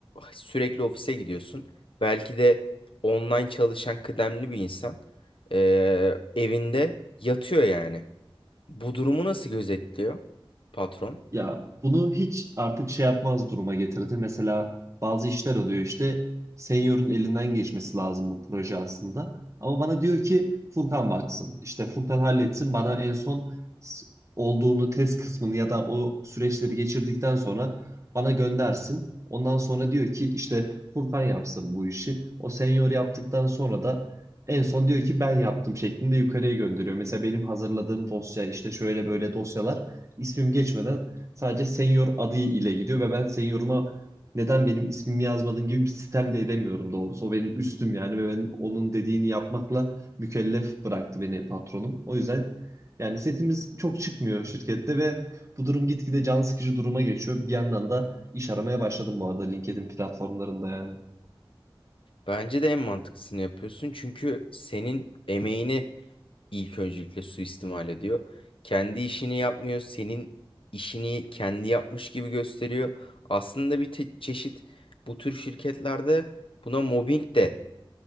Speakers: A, on the left (about 75°); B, on the right (about 35°).
A: sürekli ofise gidiyorsun. Belki de online çalışan kıdemli bir insan ee, evinde yatıyor yani. Bu durumu nasıl gözetliyor patron?
B: Ya bunu hiç artık şey yapmaz duruma getirdi. Mesela bazı işler oluyor işte senior'un elinden geçmesi lazım bu proje aslında. Ama bana diyor ki Furkan baksın. İşte Furkan halletsin bana en son s- olduğunu test kısmını ya da o süreçleri geçirdikten sonra bana göndersin. Ondan sonra diyor ki işte Furkan yapsın bu işi. O senior yaptıktan sonra da en son diyor ki ben yaptım şeklinde yukarıya gönderiyor. Mesela benim hazırladığım dosya işte şöyle böyle dosyalar ismim geçmeden Sadece senior adı ile gidiyor ve ben senioruma neden benim ismimi yazmadın gibi bir sistem de edemiyorum doğrusu. O benim üstüm yani ve ben onun dediğini yapmakla mükellef bıraktı beni patronum. O yüzden yani sesimiz çok çıkmıyor şirkette ve bu durum gitgide can sıkıcı duruma geçiyor. Bir yandan da iş aramaya başladım bu arada LinkedIn platformlarında yani.
A: Bence de en mantıklısını yapıyorsun. Çünkü senin emeğini ilk öncelikle suistimal ediyor. Kendi işini yapmıyor. Senin işini kendi yapmış gibi gösteriyor. Aslında bir te- çeşit bu tür şirketlerde buna mobbing de